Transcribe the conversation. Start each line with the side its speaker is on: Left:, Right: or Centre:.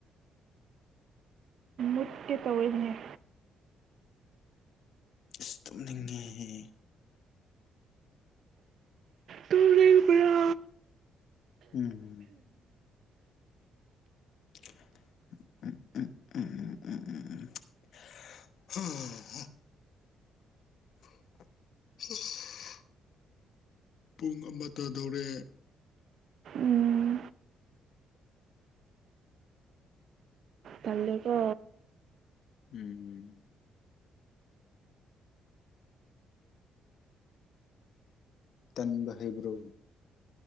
Right: ꯎꯠꯀ ꯇꯧꯔꯤꯉꯦ
Left: ꯏꯁ ꯇꯨꯝꯅꯤꯡꯉꯦꯍꯦ
Right: ꯇꯨꯝꯅꯤꯡꯕ꯭ꯔꯥ
Left: ꯎꯝ ꯎꯝ ꯎꯝ ꯎꯝ ꯎꯝ ꯎꯝ ꯎꯝ ꯎꯝ ꯍ <inaudible> ꯄꯨꯡ ꯑꯃ ꯇꯥꯗꯧꯔꯦ
Right: ꯎꯝ ꯇꯜꯂꯦꯀꯣ
Left: ꯎꯝ ꯇꯟꯕ ꯍꯩꯕ꯭ꯔꯣ